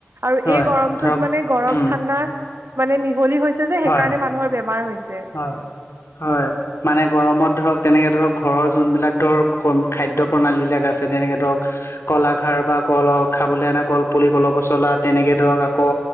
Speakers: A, on the right; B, on the left.
A: আৰু
B: হয়
A: এই গৰমটোত
B: ধৰক
A: মানে গৰম
B: উম
A: ঠাণ্ডা মানে মিহলি হৈছ- ছে যে
B: হয়
A: সেইকাৰণে মানুহৰ বেমাৰ হৈছে।
B: হয় হয়'। মানে গৰমত ধৰক তেনেকে ধৰক ঘৰৰ যোনবিলাক ধৰক খাদ্য প্ৰণালী বিলাক আছে তেনেকে ধৰক- কলাখাৰ বা কল খাবলৈ অনা কল পুলি কল পচলা তেনেকে ধৰক আকৌ